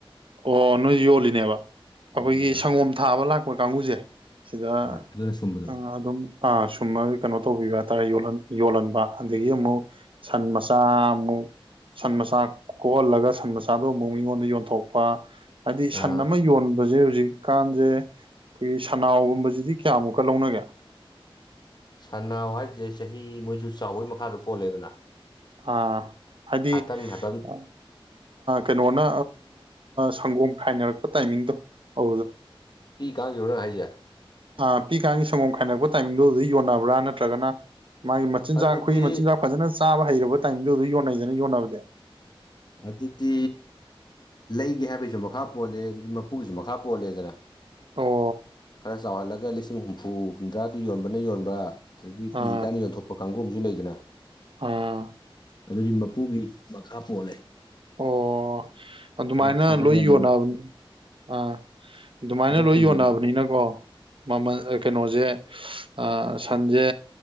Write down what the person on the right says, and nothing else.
ꯑꯣ ꯅꯣꯏ ꯌꯣꯜꯂꯤꯅꯦꯕ
ꯑꯩꯈꯣꯏꯒꯤ ꯁꯪꯒꯣꯝ ꯊꯥꯕ ꯂꯥꯛꯄ ꯀꯥꯡꯕꯨꯖꯦ ꯁꯤꯗ
ꯑꯗꯨꯝ ꯑ ꯁꯨꯝꯃ ꯀꯩꯅꯣ ꯇꯧꯕꯤꯕ ꯍꯥꯏꯇꯥꯔꯦ ꯌꯣꯜꯍꯟꯕ ꯑꯗꯒꯤ ꯑꯃꯨꯛ ꯁꯟ ꯃꯆꯥ ꯑꯃꯨꯛ ꯁꯟ ꯃꯆꯥ ꯀꯣꯛꯍꯜꯂꯒ ꯁꯟ ꯃꯆꯥꯗꯣ ꯑꯃꯨꯛ ꯃꯤꯉꯣꯟꯗ ꯌꯣꯟꯊꯣꯛ ꯍꯥꯏꯗꯤ ꯁꯟ
ꯑꯃ ꯌꯣꯟꯕꯖꯦ ꯍꯧꯖꯤꯛ ꯀꯥꯟꯁꯦ ꯑꯩꯈꯣꯏꯒꯤ ꯁꯅꯥꯎꯒꯨꯝꯕꯖꯤꯗꯤ ꯀꯌꯥꯃꯨꯛꯀ ꯂꯧꯅꯒꯦ
ꯑꯥ ꯍꯥꯏꯗꯤ
ꯑ ꯀꯩꯅꯣꯅ ꯁꯪꯒꯣꯝ ꯈꯥꯏꯅꯔꯛꯄ ꯇꯥꯏꯃꯤꯡꯗꯣ ꯑꯗꯨꯗ
ꯑ ꯄꯤꯛꯏꯀꯥꯟꯒꯤ ꯁꯪꯒꯣꯝ ꯈꯥꯏꯅꯔꯛꯄ ꯇꯥꯏꯃꯤꯡꯗꯤ ꯑꯗꯨꯗ ꯌꯣꯟꯅꯕ꯭ꯔꯥ ꯅꯠꯇ꯭ꯔꯒꯅ ꯃꯥꯒꯤ ꯃꯆꯤꯟꯖꯥꯛ
ꯑꯩꯈꯣꯏꯒꯤ ꯃꯆꯤꯟꯖꯥꯛ ꯐꯖꯅ ꯆꯥꯕ ꯍꯩꯔꯕ ꯇꯥꯏꯃꯤꯡꯗꯨꯗ ꯌꯣꯟꯅꯩꯗꯅ ꯌꯣꯟꯅꯕꯗꯤ
ꯑꯣ
ꯑꯥ
ꯑ
ꯑꯣ ꯑꯗꯨꯃꯥꯏꯅ
ꯂꯣꯏ ꯌꯣꯟꯅ
ꯑꯥ ꯑꯗꯨꯃꯥꯏꯅ
ꯂꯣꯏ
ꯌꯣꯟꯅꯕꯅꯤꯅꯀꯣ ꯃꯃꯜ ꯑ ꯀꯩꯅꯣꯖꯦ ꯑ ꯁꯟꯖꯦ